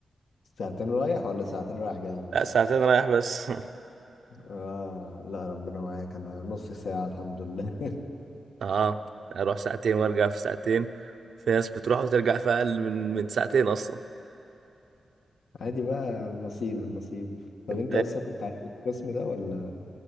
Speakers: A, on the left; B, on the right.
A: ساعتين رايح ولا ساعتين رايح جاي
B: لا ساعتين رايح بس <laughs>
A: اه لا ربنا معاك انا نص ساعة الحمد لله
B: اه اروح ساعتين وارجع في ساعتين في ناس بتروح وترجع في اقل من من ساعتين اصلا
A: عادي بقى نصيب النصيب طب
B: انت
A: انت اصلا كنت عايز القسم ده ولا